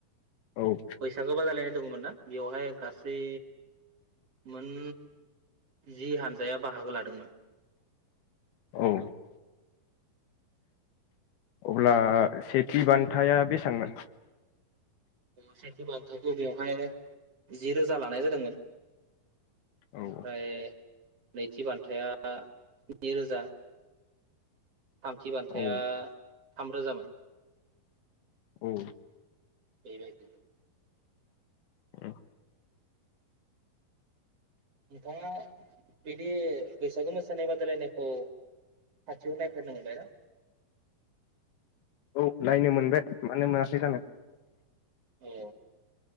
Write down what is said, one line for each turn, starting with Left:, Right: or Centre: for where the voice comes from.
Left: औ
Right: बैसागो बादायलायनाय दङमोन ना बेवहाय गासै मोन जि हान्जाया बाहागो लादोंमोन
Left: औ अब्ला सेथि बान्थाया बेसांमोन?
Right: सेथि बान्थाखौ बेवहाय जि रोजा लानाय जादोंमोन।
Left: औ
Right: ओमफ्राय नैथि बान्थाया स्नि रोजा। थामथि बान्थाया
Left: औ
Right: थामरोजामोन
Left: औ
Right: बेबायदिनो
Left: उम
Right: नोंथाङा बिदि बैसागु मोसानाय बादायलायनायखौ खाथियाव नायफारनो मोनबाय ना?
Left: औ नायनो मोनबाय मानो मोनाखै जानो।
Right: औ